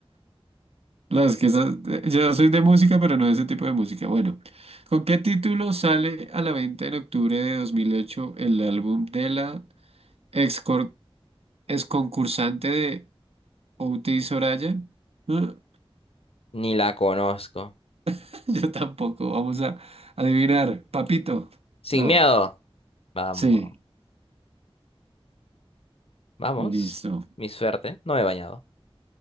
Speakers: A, on the right; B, on the left.
A: No, es que esas- yo soy de música, pero no de ese tipo de música. Bueno, ¿con qué título sale a la venta en octubre de 2008 el álbum de la ex, cor- ex concursante de Outi Soraya? ¿Ah?
B: Ni la conozco.
A: <laughs> Yo tampoco. Vamos a adivinar. Papito.
B: Sin
A: No.
B: miedo. Vamos.
A: Sí,
B: Vamos.
A: listo.
B: Mi suerte. No me he bañado.